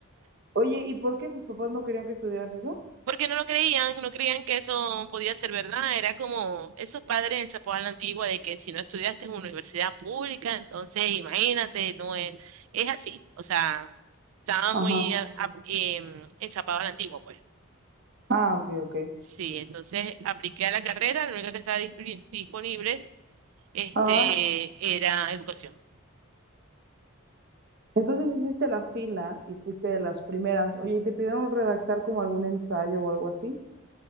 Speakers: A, on the right; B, on the right.
A: Oye, ¿y por qué tus papás no querían que estudiaras eso?
B: Porque no lo creían, no creían que eso podía ser verdad. Era como esos padres en Zapopan la Antigua de que si no estudiaste en una universidad pública, entonces imagínate, no es, es así. O sea, estaba
A: Ajá,
B: muy a- a- em, enchapado a la Antigua, pues.
A: ah, ok, ok,
B: Sí, entonces apliqué a la carrera, la única que estaba disp- disponible este,
A: ajá.
B: era educación.
A: Entonces hiciste la fila y fuiste de las primeras. Oye, ¿y te pidieron redactar como algún ensayo o algo así?